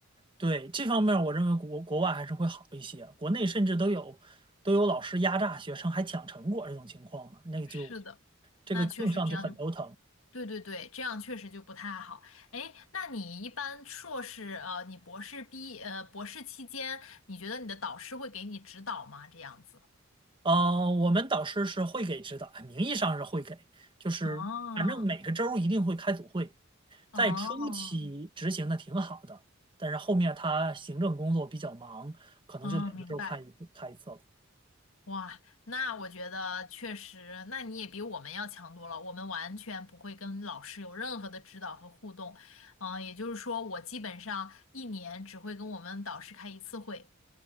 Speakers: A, on the right; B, on the left.
A: 对，这方面儿我认为国国外还是会好一些，国内甚至都有都有老师压榨学生还抢成果这种情况嘛，那个就
B: 是的，
A: 这个更上就很头疼。
B: 那确实这样就，对对对，这样确实就不太好。哎，那你一般硕士呃，你博士毕呃博士期间，你觉得你的导师会给你指导吗？这样子？
A: 呃，我们导师是会给指导，名义上是会给，就是反正每个周儿一定会开组会，
B: 哦
A: 在初期执行的挺好的，
B: 哦
A: 但是后面他行政工作比较忙，可能就两个周儿开一开一次了。
B: 哦，明白。哇，那我觉得确实，那你也比我们要强多了。我们完全不会跟老师有任何的指导和互动，嗯，也就是说，我基本上一年只会跟我们导师开一次会，